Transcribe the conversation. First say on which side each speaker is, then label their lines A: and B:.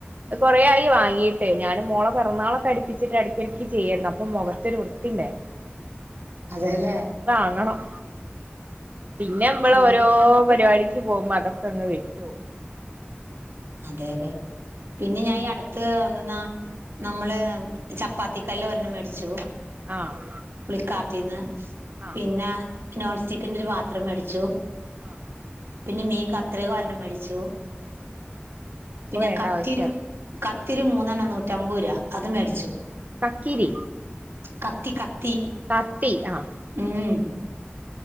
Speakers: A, on the right; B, on the right.
A: കുറേയായി വാങ്ങിയിട്ട് ഞാൻ മോളെ പിറന്നാളൊക്കെ അടുപ്പിച്ചിട്ട് ഇടക്കിടക്ക് ചെയ്യായിരുന്നു അപ്പൊ മുഖത്തൊരു വൃ ത്തിയുണ്ടായിരുന്നു
B: അതേല്ലേ
A: വാങ്ങണം. പിന്നെ നമ്മള് ഓരോ പരിപാടി ക്ക് പോകുമ്പോ അതൊക്കെയങ്ങു വിട്ടു പോകും.
B: അതെ അതെ പിന്നെ ഞാൻ ഈ അടുത്ത് എന്തെന്നാ നമ്മള് ചപ്പാത്തികല്ല് ഒരെണ്ണം മേടിച്ചു.
A: ആഹ്
B: ഫ്ലിപ്പ്കാർട്ടിന്ന്
A: ആഹ്
B: പിന്നെ നോൺസ്റ്റിക്കിന്റെ ഒരു പാത്രം മേടിച്ചു
A: ആഹ്
B: പിന്നെ മീൻ കത്രിക ഒരെണ്ണം മേടിച്ചു.
A: മീൻ കത്രിക ആഹ് ഇപ്പൊ
B: പിന്നെ
A: വേണ്ട
B: കത്തിരും
A: ആവശ്യല്ല
B: കത്തിരി മൂന്നെണ്ണം നൂറ്റമ്പത് രൂപ അത് മേടിച്ചു.
A: കക്കിരി
B: കത്തി കത്തി
A: കത്തി ആഹ്
B: ഉം